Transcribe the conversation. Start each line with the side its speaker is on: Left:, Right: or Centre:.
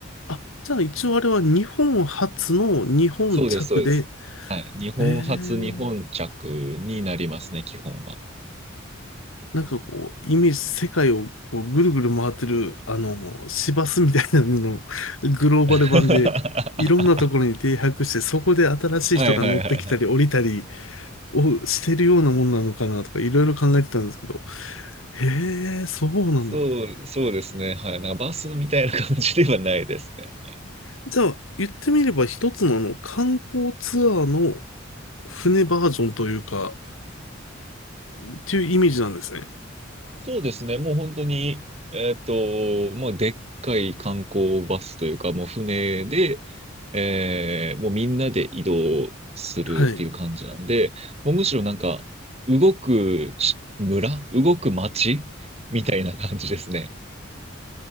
Left: あ、じゃあ一応あれは日本初の日本着で、
Right: そうです、そうです。はい。日本発、
Left: えー、
Right: 日本着になりますね、基本は。
Left: なんかこう、イメージ、世界をこうぐるぐる回ってる、あの、市バスみたいなののグローバル版で、
Right: <laughs>
Left: いろんなところに停泊して、そこで新しい人が乗ってきたり降りたり
Right: はいはいはいはい。
Left: をしてるようなもんなのかなとか、いろいろ考えてたんですけど、へえ、そうなんだ。
Right: そう、そうですね。はい。なんかバスみたいな感じではないですね。
Left: じゃあ、言ってみれば一つのあの、観光ツアーの船バージョンというか、っていうイメージなんですね。
Right: そうですね。もう本当に、えっと、もうでっかい観光バスというか、もう船で、えーもうみんなで移動するっていう感じなので、
Left: はい。
Right: もうむしろなんか、動くし村、動く町みたいな感じですね。